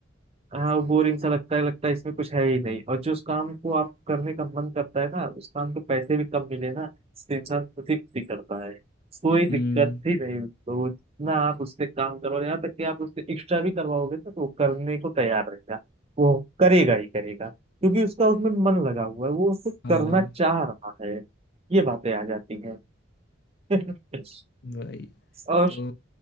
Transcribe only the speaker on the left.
हम्म
हाँ
भाई
तो